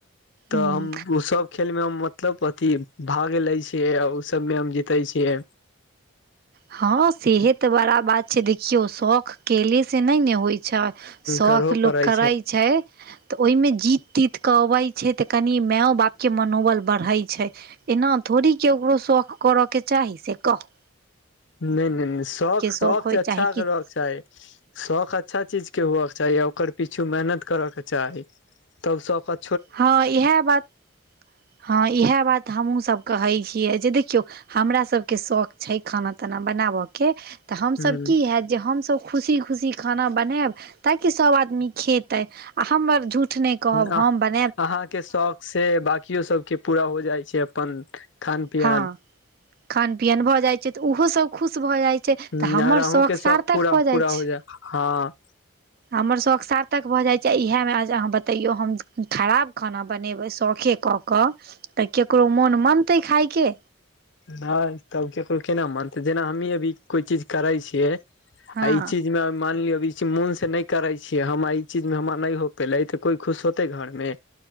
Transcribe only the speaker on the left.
तऽ
हम ओ सब खेल मे हम मतलब अथि भाग ले छियै आ ओ सब मे हम जीते छियै
करहो
पड़ै
नहि नहि नहि शौक
शौक
से अच्छा
चाही शौक अच्छा चीज के हेबाके चाही आ ओकर पीछु मेहनत करऽके चाही तब शौक क
ह
ह
अहाँके शौक से बांकीयो सबके पूरा हो जाइ छै अपन खान पियन
हूँ
आर अहूँके
पूरा
पूरा
हो जाय हँ
नहि तब केकरो केना मानते जेना हमही अभी कोई चीज करै छियै आ
ई चीज मान लियौ अ ई मोन से नहि करै छियै हम ई चीजमे हमरा नहि हो पैले तऽ कोई खुश होते घरमे